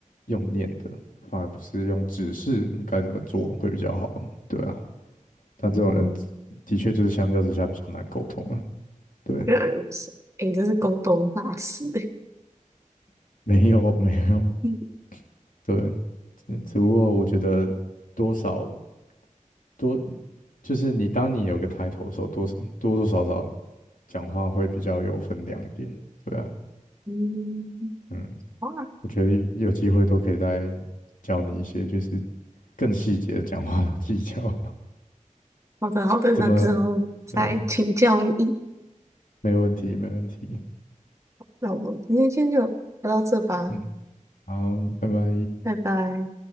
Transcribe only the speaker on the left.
用念的，反而不是用指示你该怎么做会比较好。对啊，但这种人
的确就是相较之下比较难沟通了。对，
<laughs> 没有没有，
对，只只不过我觉得多少多，就是你当你有个抬头的时候，多少多多少少讲话会比较有分量一点，对啊，
嗯，
我觉得有机会都可以再教你一些就是更细节的讲话的技巧，
<laughs> 怎么，
呃，没问题，没问题，
嗯，好，拜拜。